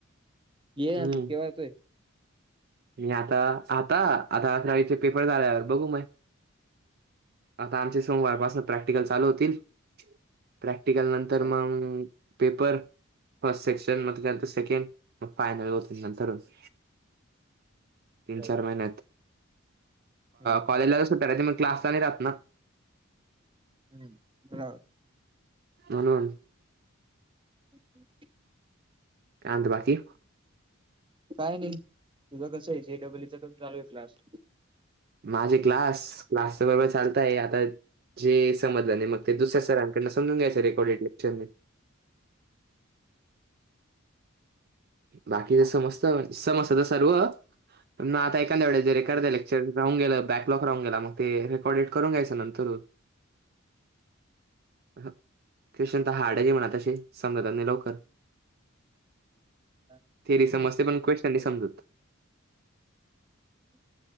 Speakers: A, on the right; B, on the right.
A: ये यार
B: हम्म
A: तू केवा यतोय?
B: मी आता, आता आता अकरावीचे पेपर झाल्यावर बघू. आता आमचे सोमवारपासून प्रॅक्टिकल चालू होतील. प्रॅक्टिकल नंतर
A: अच्छा
B: मग पेपर फस्ट सेक्शन मग त्याच्यानंतर सेकंड. मग फायनल होतील नंतरच तीन
A: बरोबर
B: चार महिन्यात.
A: हम्म
B: कॉलेजलाला कसं <unintelligible> मग क्लास नाही राहत ना.
A: हम्म बरा
B: हा ना <unintelligible>
A: ह <inaudible>
B: काय म्हणतात बाकी मग?
A: काय नाही तुझं कसं आहे जे डबलूच कस चालू आहे क्लास?
B: माझे क्लास क्लासच बरोबर चालत आहे आता जे समजलं नाही मग ते दुसऱ्या सरांकडन, पुन्हा समूजुन घ्यायसाठी रेकॉडेड लेक्चर. बाकीच समजत, समजत तर सर्व पण मग आता एखाद्या वेळे जरे
A: हो
B: करतायला- जे राहुन गेलं बॅकलॉग राहून गेला मग ते रेकॉर्डेड करून घ्यायचं नंतर. <unintelligible> म्हणा तशी समजतात लवकर.
A: काय? चालू
B: ते भी समजतय पण क्वेशचन नाही समजत.
A: ह <inaudible>